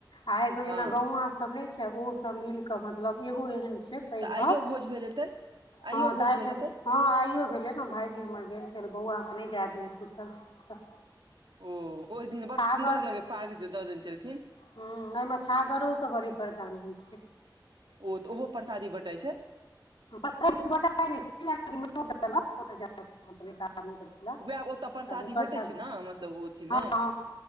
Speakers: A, on the left; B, on the right.
A: आ एगो जेना
B: हँ
A: गौआँ सब ने छै, ओ सब मिल क मतलब एगो एहन छै पैघ
B: तऽ
A: घर
B: आइयो भोज भेल हेतै आइयो
A: ह
B: भोज
A: तऽ आइब
B: भेल
A: के।
B: हेतै
A: ह आइयो भेलै न भाइजी हमर गेल छल, बौआके नै जे देलै सुतल छलै तऽ।
B: ओ ओहि दिन
A: छागर
B: बड़ सुन्दर लगे पाग जे द देने छेलखिन।
A: हूँ एहिमे छागरो सब बलि प्रदान होइ छै।
B: ओ तऽ ओहो परसादी बँटै छै।
A: परसादि बटै नैय छै लेकिन नोत देलक ओतऽ जा के खाऊ <unintelligible> <unintelligible>
B: उएह ओतय प्रसादी
A: आब एकर
B: भेटै
A: सदी
B: छै ने मतलब ओ अथीमे
A: ह - ह।